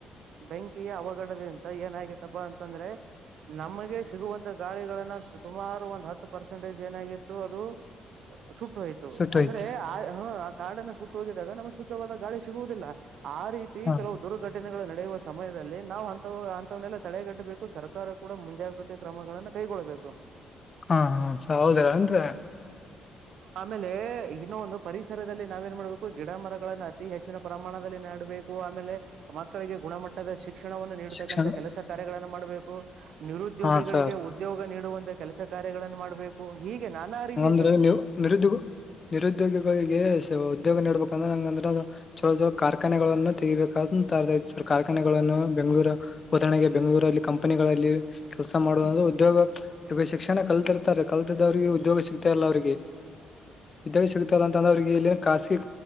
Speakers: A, on the right (about 70°); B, on the left (about 35°).
A: ಬೆಂಕಿಯ ಅವಘಡದಿಂದ ಏನಗಿತಪ್ಪಾ ಅಂತಂದ್ರೆ. ನಮಗೆ ಸಿಗುವಂತ ಗಾಳಿಗಳನ್ನ ಸುಮಾರು ಒ ಹತ್ತು ಪರ್ಸೆಂಟೇಜ್ ಏನಾಗಿತ್ತು ಅದು ಸುಟ್ಟು ಹೊಯ್ತು
B: ಸುಟ್ಟೋಯ್ತ್
A: ಅಂದ್ರೆ ಆ ಕಾಡನ್ನ ಸುಟ್ಟು ಹೋಗಿದಾಗ ನಮ್ಗೆ ಶುದ್ಧವಾದ ಗಾಳಿ ಸಿಗುವುದಿಲ್ಲ ಆ ರೀತಿ
B: ಹಾ
A: ಕೆಲವು ದುರ್ಘಟನೆ ಘಟನೆಗಳು ನಡೆಯುವ ಸಮಯದಲ್ಲಿ ನಾವು ಅಂತ ಅಂತವನ್ನೆಲ್ಲ ತಡೆಗಟ್ಟಬೇಕು ಸರ್ಕಾರ ಕೂಡ ಮುಂಜಾಗೃತಿ ಕ್ರಮಗಳಗಳನ್ನು ಕೈಗೊಳ್ಬೇಕು
B: ಹಾ ಹ ಹೌದೆನ್ರಿ
A: ಆಮೇಲೆ ಇನ್ನ ಒಂದು ಪರಿಸರದಲ್ಲಿ ನಾವೇನ್ ಮಾಡ್ಬೇಕು ಗಿಡ ಮರಗಳನ್ನ ಅತಿ ಹೆಚ್ಚಿನ ಪ್ರಮಾಣದಲ್ಲಿ ನಾಡಬೇಕು ಆಮೇಲೆ ಮಕ್ಕಳಿಗೆ ಗುಣಮಟ್ಟದ ಶಿಕ್ಷೆ ಶಿಕ್ಷಣವನ್ನು ನೀತಕ್ಕಂಥ
B: ಶಿಕ್ಷಣ
A: ಕೆಲಸ ಕಾರ್ಯಗಳನ್ನು ಮಾಡಬೇಕು ನಿರುದ್ಯೋಗಿಗಳಿಗೆ
B: ಹಾ ಸರ್
A: ಉದ್ಯೋಗ ನೀಡ ಮಾಡುವಂತ ಕೆಲಸ ಕಾರ್ಯಗಳನ್ನು ಮಾಡ್ಬೇಕು ಹೀಗೆ ನಾನ್ ಆ ರೀತಿ
B: ಅಂದ್ರೆ ನೀವು ನಿರುದ್ಯೋಗ ನಿರುದ್ಯೋಗಿಗಳಿಗೆ ಉದ್ಯೋಗ ನೀಡಡ್ಬೇಕಂದ್ರೆ ನಂಗಂದ್ರ ಚೊಲ ಚ ಕಾರ್ಖಾನೆಗಳನ್ನು ತೆಗಿಬೇಕಂತ ಕಾರ್ಖಾನೆಗಳನ್ನು ಬೆಂಗಗಳೂರು ಉದರಣೆಗೆ ಬೆಂಗಳೂರಲ್ಲಿ ಕಂಪನಿಗಳಲ್ಲಿ ಕೆಲಸ ಮಾಡುವ ಉದ್ಯೋಗ ಇಾಗ ಶಿಕ್ಷಣ ಕಲ್ತಿ ಇರ್ತಾರೆ ಕಲ್ತಿದ್ದವರಿಗೆ ಉದ್ಯೋಗ ಸಿಗ್ತಾ ಇಲ್ಲ ಅವರಿಗೆ ವಿದ ಸಿಗುತ್ತಲ್ಲಂತಂದ ಅವರಿಗೆಲ್ಲಿ ಖಾಸಗಿ